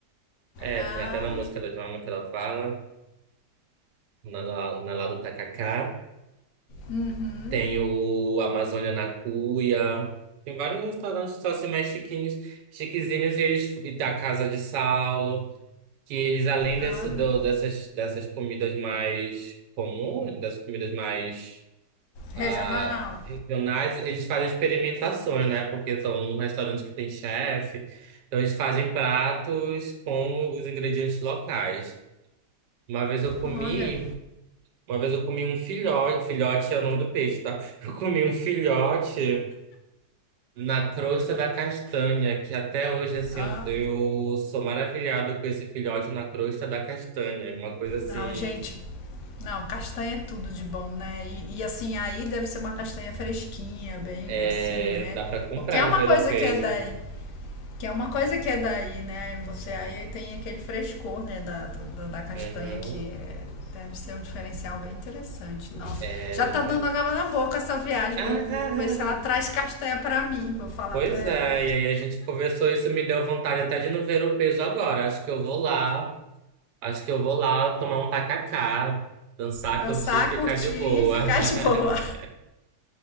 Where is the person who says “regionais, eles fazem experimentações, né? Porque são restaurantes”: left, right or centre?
Right